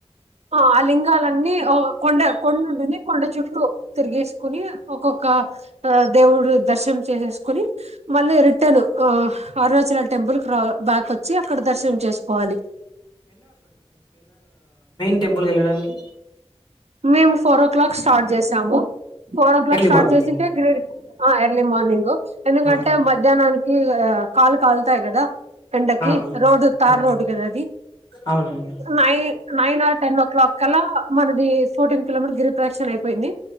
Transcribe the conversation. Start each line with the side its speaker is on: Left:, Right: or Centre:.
Right: ఆ ఆ లింగాలన్నీ కొండ కొండుంటుంది కొండ చుట్టు తిరిగేసుకుని ఒక కా దేవుడు దర్శనం చేసేస్కొని మళ్ళీ రిటర్న్ అణాచల్ టెంపుల్ రా బాక్ వచ్చి అక్కడ దర్శనం చేసుకోవాలి.
Left: టెంపుల్కెళ్ళడానికి
Right: మేము ఫోర్ ఓ క్లాక్ స్టార్ట్ చేసాము. Four o'clock
Left: early
Right: start
Left: morning
Right: చేసింటే <inaudible> ఆ ఎర్లీ మార్నింగ్ ఎందుకంటే
Left: ఆ
Right: మధ్యానానికి ఆ కాల్ కాల్తాయ్ కదా. ఎండకి
Left: ఆ
Right: రోడ్ తార్
Left: ఆ ఆ!
Right: రోడ్ గదా అది
Left: అవునవును
Right: నై nine or ten o'clock కల్ల మనది ఫోర్టీన్ కిలోమీటర్ గిరిప్రదక్షిణ అయిపోయింది.